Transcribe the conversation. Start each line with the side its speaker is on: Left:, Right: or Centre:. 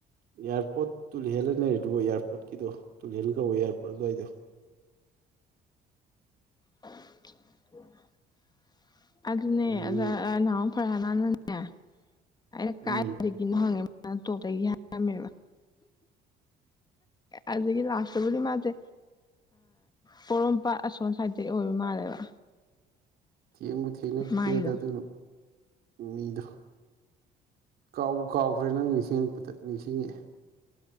Right: ꯏꯌꯥꯔꯄꯣꯠ ꯇꯨꯂꯤꯍꯜ ꯅ ꯂꯩꯔꯤꯗꯨ ꯏꯌꯥꯔꯄꯣꯠꯀꯤꯗꯣ ꯇꯨꯂꯤꯍꯟ ꯀꯧꯌꯦ ꯏꯌꯥꯔꯄꯣꯠ ꯑꯗꯤꯏꯗꯣ꯫
Left: <unintelligible> ꯑꯗꯨꯅꯦ
Right: ꯑꯗꯨ
Left: ꯑꯗ ꯑꯥ ꯅꯍꯥ <unintelligible> ꯑꯩꯅ
Right: ꯎꯝ
Left: ꯀꯥꯏ <unintelligible> ꯍꯪꯉꯦ ꯇꯣꯞꯇꯒꯤ ꯍꯥꯏꯔꯝꯃꯦꯕ ꯑꯗꯨꯗꯒꯤ ꯂꯥꯁꯇꯕꯨꯗꯤ ꯃꯥꯁꯦ ꯄꯣꯔꯣꯝꯄꯥꯠ ꯑꯁꯣꯟ ꯁꯥꯏꯇꯒꯤ ꯑꯣꯏꯕ ꯃꯥꯜꯂꯦꯕ꯫
Right: ꯊꯦꯡꯕꯨ ꯊꯦꯡꯅꯈꯤꯗ꯭ꯔꯦꯗ
Left: ꯃꯥꯒꯤꯗꯣ
Right: ꯑꯗꯨꯏ ꯃꯤꯗꯣ ꯀꯥꯎꯕꯨ ꯀꯥꯎꯈ꯭ꯔꯦ ꯅꯪ ꯅꯤꯡꯁꯤꯡꯉꯛꯄꯗ ꯅꯤꯡꯁꯤꯡꯉꯛꯑꯦ꯫